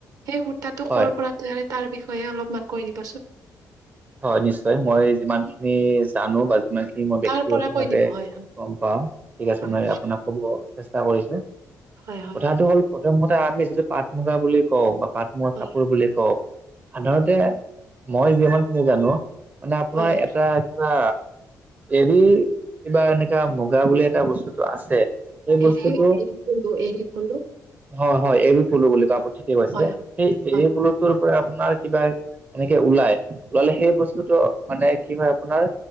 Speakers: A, on the right; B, on the right.
A: সেই সূতাটো
B: হয়
A: ক'ৰ পৰা তৈয়াৰী, তাৰ বিষয়ে অলপমান কৈ দিবচোন?
B: হয়, নিশ্চয়, মই যিমান খিনি জানো বা যিমান খিনি মই বক্তিগত
A: তাৰ পৰা কৈ
B: ভাৱে
A: দিব হয়,
B: গ'ম পাওঁ, ঠিক আছে
A: হয়,
B: মই আপোনাক ক'ব চেষ্টা কৰিছো।
A: হয়, হয়,
B: কথাটো
A: হয়,
B: হ'ল প্ৰথমতে আমি যিটো পাট মুগা বুলি কওঁ বা পাট মুগা
A: হয়,
B: কাপোৰ বুলি কওঁ সাধাৰতে মই যিমান খিনি জানো, মানে আপোনাৰ
A: হয়।
B: এটা বা এৰি কিবা এনেকা মুগা বুলি এটা বস্তুটো আছে। সেই বস্তুটো
A: এৰি এৰি পলু এৰি পলু।
B: হয়, হয় এৰি পলু বুলি কয়, আপুনি ঠিকেই কৈছে।
A: হয়,
B: সেই
A: হয়,
B: এৰি পলুটোৰ পৰা আপোনাৰ কিবা এনেকে ওলাই। ওলালে সেই বস্তুতটো মানে কি হয় আপোনাৰ